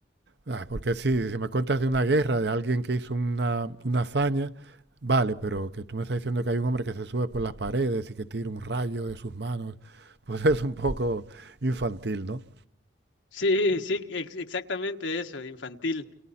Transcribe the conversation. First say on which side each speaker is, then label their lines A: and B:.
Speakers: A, on the right; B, on the left.
A: Ah, porque sí, si me cuentas de una guerra, de alguien que hizo una, una hazaña, vale, pero que tú me estás diciendo que hay un hombre que se sube por las paredes y que tira un rayo de sus manos, <laughs> pues es un poco infantil, ¿no?
B: Sí, sí, ex- exactamente eso, infantil.